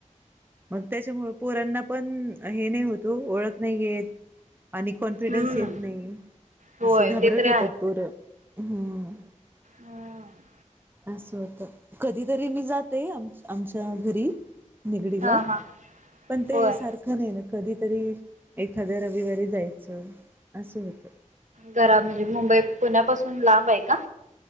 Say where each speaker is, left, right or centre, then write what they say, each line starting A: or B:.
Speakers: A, on the right; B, on the right.
A: मग त्यांच्यामुळ पोरांना पण हे नाही होत ओळख नाहीयेत. आणि कॉन्फिडन्स
B: हम्म
A: येत नाही
B: होय
A: असं घाबरट
B: ते तरी
A: होतात पोरं हम्म
B: होम <inaudible>
A: असं होत कधीतरी मी जात. ते आम आमच्या घरी निगडीला
B: हा हा
A: पण ते
B: होय
A: सारखं नाही ना. कधीतरी एखाद्या रविवारी जायचं असं होतं.
B: जरा म्हणजे मुंबई पुण्यापासून लांब आहे का?